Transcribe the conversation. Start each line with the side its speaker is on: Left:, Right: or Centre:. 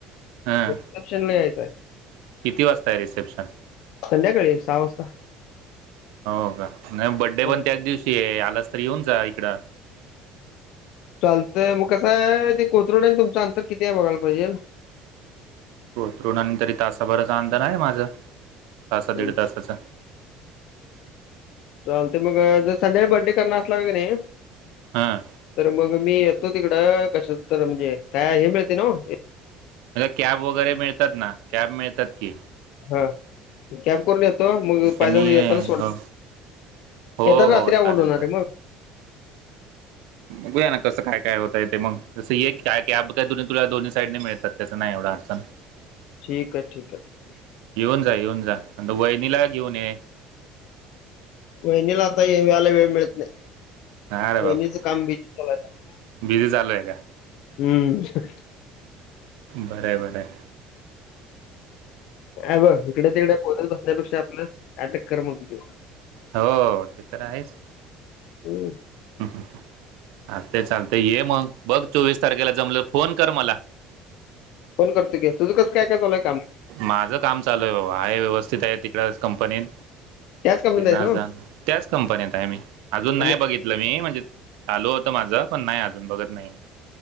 Right: हां
Left: रिसेप्शनला यायचंय.
Right: किती वाजता आहे रिसेप्शन?
Left: संध्याकाळी सहा वाजता.
Right: हो का? नाही बड्डे
Left: हं.
Right: पण त्याच दिवशी आहे, आलास तर येऊन जा इकडं.
Left: चालतंय मग कसं आहे ते कोथरूड आणि तुमचं अंतर किती आहे बघायला पाहिजेल.
Right: <inaudible> कोथरूड आणि तरी तासाभराचं अंतर आहे माझं, तासा दीड
Left: हं, हं.
Right: तासाचं.
Left: चालतंय मग जर संध्याकाळी बड्डे करणार असलासा क नाई
Right: हां
Left: तर मग मी येतो तिकडं कशाचं तर म्हणजे काय हे मिळतंय नव्हं?
Right: अरे कॅब वगैरे मिळतात ना, कॅब मिळतात की.
Left: हा, तु कॅब करून ये तो,
Right: त्याच्यानी
Left: मग पाहि
Right: ये.
Left: येताना सोड,
Right: हो हो
Left: येताना रात्री
Right: हो चालेल
Left: अवघड होणार
Right: चालेल
Left: रे मग.
Right: बघूया ना कसं काय काय होतय ते मग, तसं काय कॅब काय दुन्ही तुला दोन्ही साईडने मिळतात त्याचं नाही एव अडचण.
Left: ठीक आहे ठीक आहे.
Right: येऊन जा येऊन जा, वहिनीला घेऊन ये.
Left: वहिनीला आता यायला वेळ मिळत नाही.
Right: अरे बापरे
Left: वहिनीचं काम बिजी चालू आहे आता.
Right: बिझी चालू आहे
Left: हम्म.
Right: बरंय बरंय.
Left: हे बघ इकडं तिकडं बोलत बसण्यापेक्षा आपलं कायतर कर म्हणतोय.
Right: हो ते तर आहेच.
Left: हम्म
Right: हम् हम ह चालते चालतंय ये मग बघ चोवीस तारखेला जमलं फोन कर मला.
Left: फोन करतो की, तुझं कसं काय काय चालुयं काम?
Right: माझं काम चालू आहे बाबा आहे व्यवस्थित आहे तिकडच कंपनीत
Left: त्याच कंपनीत
Right: हे ना
Left: आहेस
Right: जा त्याच कंपनीत आहे मी अजून नाही
Left: आणि
Right: बघित नाई म्हणजे चालू होत माज पण नाई अजून बघत नाहीय